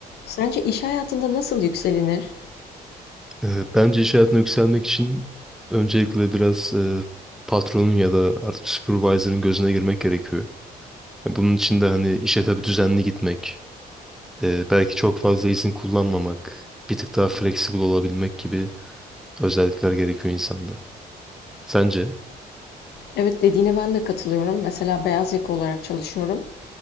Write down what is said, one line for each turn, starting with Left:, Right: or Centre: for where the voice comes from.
Left: Sence iş hayatında nasıl yükselinir?
Centre: Ee, Bence iş hayatına yükselmek için öncelikle biraz e, patronun ya da artık supervisor'ın gözüne girmek gerekiyor. Ya Bunun için de hani işe tabii düzenli gitmek, e, belki çok fazla izin kullanmamak, bir tık daha flexible olabilmek gibi özellikler gerekiyor insanda. Sence?
Left: Evet dediğine ben de katılıyorum. Mesela beyaz yaka olarak çalışıyorum.